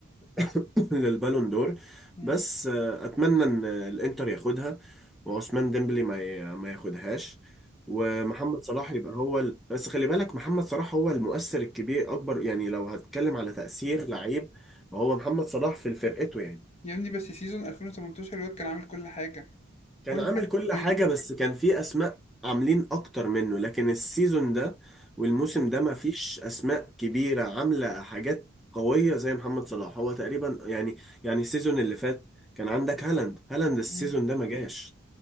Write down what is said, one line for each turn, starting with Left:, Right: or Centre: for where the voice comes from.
Centre: <laughs> للبالون دور
Left: مم.
Centre: بس آه، أتمنى إن الإنتر ياخدها وعثمان ديمبلي ما ي... ما ياخدهاش ومحمد صلاح يبقى هو ال... بس خلي بالك محمد صلاح هو المؤثر الكبير أكبر يعني لو هتكلم على تأثير لعيب فهو محمد صلاح في فرقته يعني
Left: يا ابني بس سيزون 2018 الواد كان عامل كل حاجة
Centre: كان
Left: كل
Centre: عامل
Left: حاجة
Centre: كل
Left: حرفيا
Centre: حاجة بس كان في أسماء عاملين أكتر منه لكن السيزون ده والموسم
Left: مم.
Centre: ده ما فيش أسماء كبيرة عاملة حاجات قوية زي محمد صلاح هو تقريبا يعني يعني السيزون اللي فات كان عندك هالاند هالاند السيزون
Left: مم.
Centre: ده ما جاش